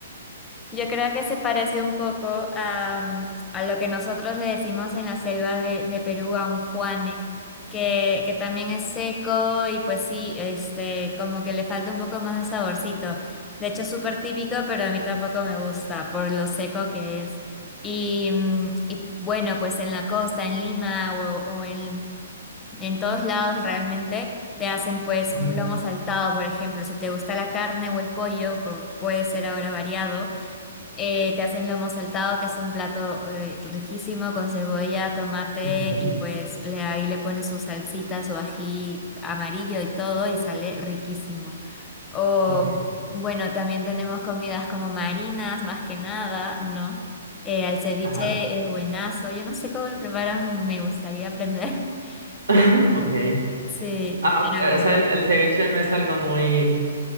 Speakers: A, on the left; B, on the right.
A: Yo creo que se parece un poco a, a lo que nosotros le decimos en la selva de, de Perú a un juane, que, que también es seco y pues sí, este, como que le falta un poco más de saborcito. De hecho, es súper típico, pero a mí tampoco me gusta por lo seco que es. Y, mm, y bueno, pues en la costa, en Lima o, o en, en todos lados realmente te hacen pues
B: Ujú,
A: un lomo saltado, por ejemplo. Si te gusta la carne o el pollo, pu- puede ser ahora variado eh, te hacen lomo saltado, que es un plato eh, riquísimo con cebolla, tomate
B: ujú,
A: y pues le, ahí le pones su salsita, su ají amarillo y todo y sale riquísimo. O
B: Ok.
A: bueno, también tenemos comidas como marinas, más que nada, ¿no? Eh, el ceviche
B: Ajá.
A: es buenazo. Yo no sé cómo lo preparan, me gustaría aprender, <laughs>
B: <laughs>
A: pero
B: Ok.
A: sí,
B: Ah,
A: pero
B: ok, eh, o sea,
A: bueno.
B: el, el ceviche no es algo muy